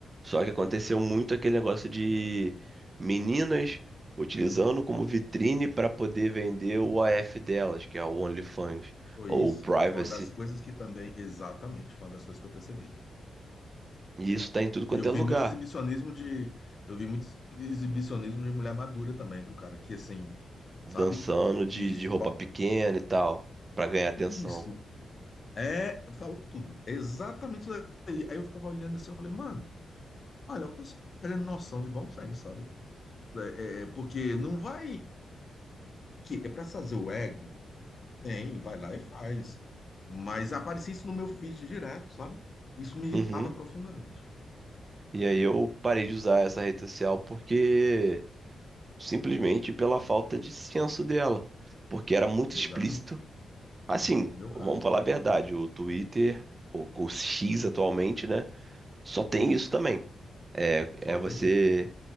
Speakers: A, on the right; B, on the left.
A: Só que aconteceu muito aquele negócio de meninas utilizando como vitrine para poder vender o OF delas, que é o OnlyFans
B: Foi
A: ou
B: isso.
A: o Privacy.
B: Foi uma das coisas que também, exatamente, foi uma das coisas que eu percebi.
A: E isso tá em tudo quanto
B: E eu
A: é
B: vi
A: lugar,
B: muito exibicionismo de, eu vi muito exibicionismo de mulher madura também, viu, cara? Que assim,
A: dançando
B: sabe?
A: de,
B: Que só,
A: de roupa pequena e tal, pra ganhar atenção.
B: isso, É, falou tudo. é Exatamente isso aí. Aí eu ficava olhando assim, eu falei, mano, olha, o pessoal tá perdendo noção de bom senso, sabe? É, é, é, porque não vai. Que é pra fazer o ego? Tem, vai lá e faz. Mas aparecia isso no meu feed direto, sabe? Isso me irritava
A: Uhum.
B: profundamente.
A: E aí eu parei de usar essa rede social porque simplesmente pela falta de senso dela, porque era muito
B: Exatamente.
A: explícito Assim,
B: Meu caso.
A: vamos falar a verdade, o Twitter, o, o X atualmente, né? Só tem isso também. É
B: Só
A: é você
B: tem isso.